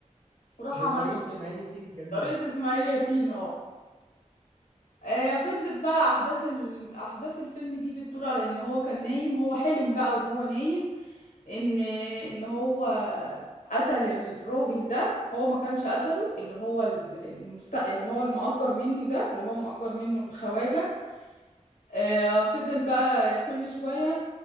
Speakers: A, on the left; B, on the right.
A: وراح
B: بطريقه
A: عمل له كده
B: اسماعيل ياسين الجميله
A: طريقة
B: دي
A: اسماعيل ياسين اه آه، فضلت بقى احداث ال... احداث الفيلم دي بتدور على ان هو كان نايم هو حلم بقى وهو نايم ان ان هو قتل الراجل ده هو ما كانش قتله اللي هو ال- المست... اللي هو المأجر منه ده اللي هو مأجر منه الخواجة آه فضل بقى كل شوية